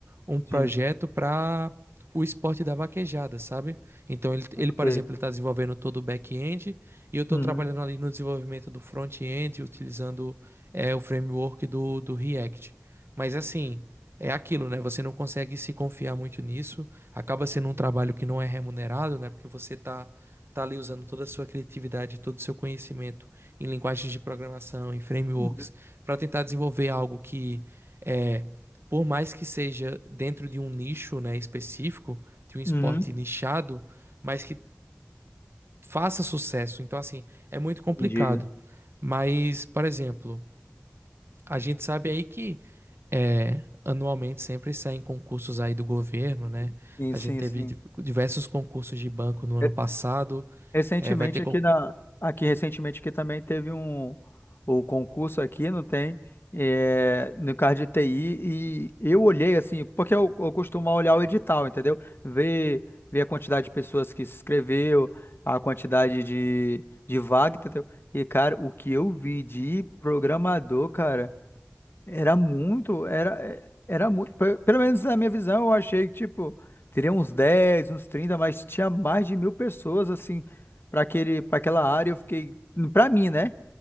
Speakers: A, on the right (about 65°); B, on the left (about 60°).
A: um projeto
B: sim.
A: para o esporte da vaquejada, sabe? Então, ele,
B: Ok.
A: ele por exemplo, ele está desenvolvendo todo o back-end e eu estou
B: Uhum.
A: trabalhando ali no desenvolvimento do front-end, utilizando é, o framework do, do React. Mas, assim é aquilo, né? Você não consegue se confiar muito nisso, acaba sendo um trabalho que não é remunerado, né? Porque você tá, tá ali usando toda a sua criatividade, todo o seu conhecimento em linguagens de programação, em frameworks,
B: Uhum.
A: para tentar desenvolver algo que é, por mais que seja dentro de um nicho, né, específico, de um esporte
B: Uhum.
A: nichado, mas que faça sucesso. Então, assim, é muito complicado.
B: Entendi.
A: Mas, por exemplo, a gente sabe aí que é, anualmente sempre saem concursos aí do governo, né?
B: Sim,
A: A
B: sim,
A: gente teve
B: sim.
A: di- diversos concursos de banco no ano
B: É,
A: passado.
B: Recentemente
A: É, vai ter
B: aqui
A: concurso.
B: na aqui recentemente aqui também teve um o concurso aqui, não tem, é, no card de TI e eu olhei assim, porque eu, eu costumo olhar o edital, entendeu? Ver ver a quantidade de pessoas que se inscreveu, a quantidade de de vaga, entendeu? E cara, o que eu vi de programador, cara, era muito, era, é, era muito. Pelo menos na minha visão, eu achei que, tipo, teria uns 10, uns 30 mas tinha mais de mil pessoas, assim, para aquele, para aquela área. Eu fiquei, para mim, né?